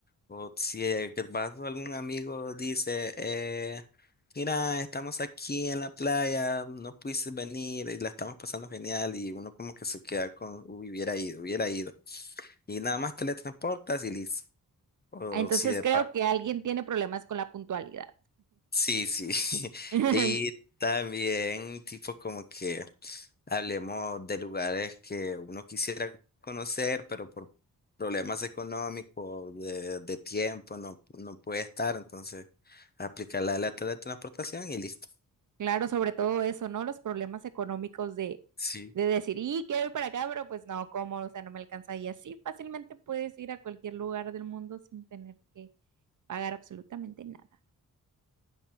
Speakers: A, on the left; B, on the right.
A: O si eh, que vas o algún amigo dice, eh, mira, estamos aquí en la playa, no pudiste venir y la estamos pasando genial y uno como que se queda con, "Uy, hubiera ido, hubiera ido. Y nada más teletransportas y listo. O
B: Ah, Entonces
A: si de
B: creo que alguien tiene problemas con la puntualidad.
A: Sí, sí. <laughs>
B: <laughs>
A: Y también tipo como que hablemos de lugares que uno quisiera conocer, pero por problemas económicos, de, de tiempo, no, no puede estar. Entonces, aplicar la de la teletransportación y listo.
B: Claro, sobre todo eso, ¿no? Los problemas económicos de,
A: Sí.
B: de decir, y quiero ir para acá, pero pues no, ¿cómo? O sea, no me alcanza. Y así fácilmente puedes ir a cualquier lugar del mundo sin tener que pagar absolutamente nada.